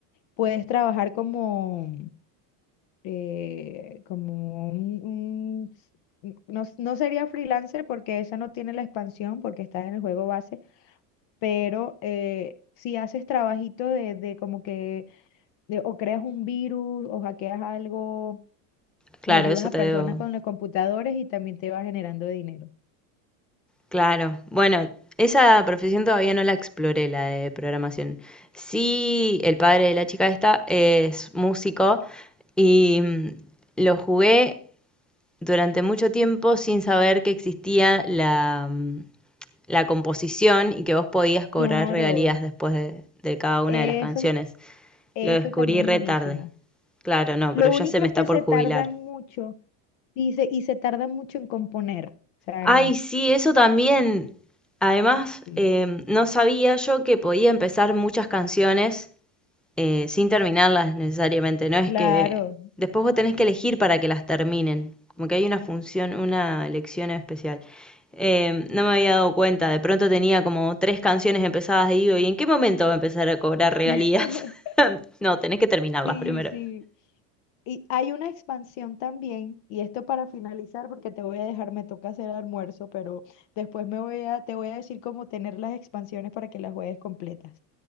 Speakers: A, on the left; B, in the centre.
A: puedes trabajar como, eh, como un, un- no, no sería freelancer porque esa no tiene la expansión, porque está en el juego base pero eh, si haces trabajito de, de como que, de- o creas un virus, o hackeas algo,
B: Claro,
A: o ayudas
B: eso
A: a
B: te
A: personas
B: debo.
A: con los computadores y también te va generando dinero.
B: Claro. Bueno, esa profesión todavía no la exploré, la de programación. Sí, el padre de la chica esta es músico y mm, lo jugué durante mucho tiempo sin saber que existía la, mm, la composición y que vos podías cobrar
A: Claro,
B: regalías después de, de cada una
A: eso,
B: de las canciones.
A: es-
B: Lo descubrí
A: eso también
B: re
A: es buenísimo.
B: tarde. Claro, no,
A: Lo
B: pero ya
A: único
B: se me
A: es
B: está
A: que
B: por
A: se
B: jubilar.
A: tardan mucho y se, y se tardan mucho en componer. O sea,
B: Ay, sí, eso también. Además,
A: sí.
B: em, no sabía yo que podía empezar muchas canciones eh, sin terminarlas necesariamente. No es
A: Claro.
B: que después vos tenés que elegir para que las terminen. Como que hay una función, una elección especial. Eh, no me había dado cuenta, de pronto tenía como tres canciones empezadas y digo, ¿y en qué momento va a empezar a cobrar regalías?
A: <laughs>
B: <laughs> no, tenés que terminarlas
A: Sí,
B: primero.
A: sí. Y hay una expansión también, y esto para finalizar, porque te voy a dejar, me toca hacer almuerzo, pero después me voy a, te voy a decir cómo tener las expansiones para que las juegues completas.